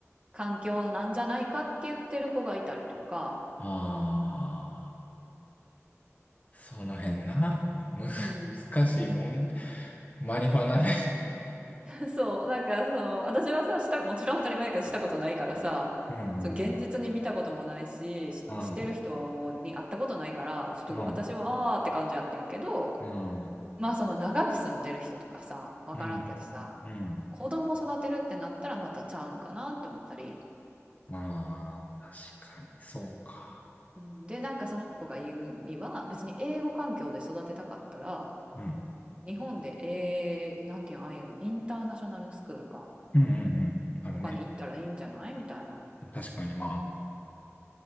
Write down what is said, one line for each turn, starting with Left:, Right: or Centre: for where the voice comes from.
Right: 環境なんじゃないかって言ってる子がいたりとか、
Left: ああ、その辺な。む、
Right: うん、
Left: 難しいもん。マリファナね。
Right: <laughs> そう、なんかその、私はさ、した、もちろん当たり前やけどしたことないからさ、
Left: うん。
Right: その現実に見たこともないし、し、
Left: うん。
Right: してる人に会ったことないから、ちょっと私はあーって感じやってんけど、
Left: うん。うん。
Right: まあその長く住んでる人とかさ、わからんけどさ、
Left: うん。うん。うん
Right: 子供育てるってなったらまたちゃうんかなって思ったり、
Left: まあ、確かに、そうか。
Right: うんで、なんかその子が言うには、別に英語環境で育てたかったら、
Left: うん。
Right: 日本で、えー、なんていうの、ああいうの、インターナショナルスクールか、
Left: うん。うん。うん。あるね。
Right: とかに行ったらいいんじゃないみたいな、っ
Left: 確かに、まあ。